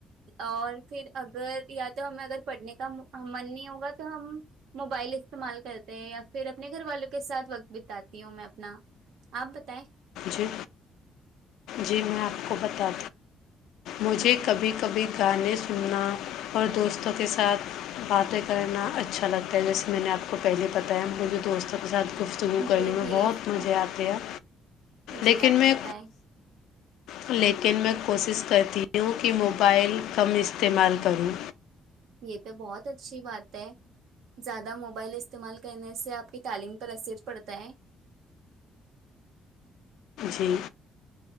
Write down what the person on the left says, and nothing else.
جی جی میں آپ کو بتا مجھے
کبھی کبھی گانے سننا اور دوستوں کے ساتھ باتیں کرنا اچھا لگتا ہے جیسے میں نے آپ کو پہلے پتا ہے مجھے دوستوں کے ساتھ گفتگو کرنے
میں
بہت مزے آتے ہیں
لیکن
میں
لیکن میں کوشش کرتی ہوں وں کہ موبائل کم استعمال کرو
جی